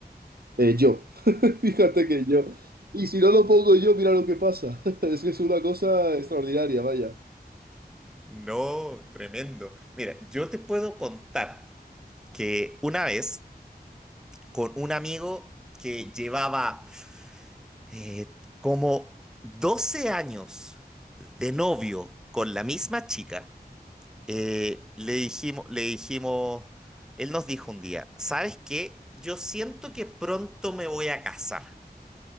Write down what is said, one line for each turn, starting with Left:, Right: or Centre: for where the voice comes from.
Right: Eh, yo, <laughs> fíjate que yo. Y si no lo pongo yo, mira lo que pasa. <laughs> Es que es una cosa extraordinaria, vaya.
Centre: No, tremendo. Mira, yo te puedo contar que una vez con un amigo que llevaba eh, como 12 años de novio con la misma chica, eh, le dijimos, le dijimos, él nos dijo un día, ¿sabes qué? Yo siento que pronto me voy a casar.